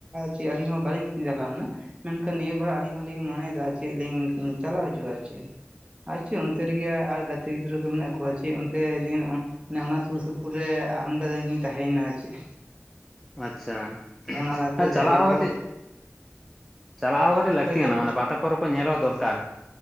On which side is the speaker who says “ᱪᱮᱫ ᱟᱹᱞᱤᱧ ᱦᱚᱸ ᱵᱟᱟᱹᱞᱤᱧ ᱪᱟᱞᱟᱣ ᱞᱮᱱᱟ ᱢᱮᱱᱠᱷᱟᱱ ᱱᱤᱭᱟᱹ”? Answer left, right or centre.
Right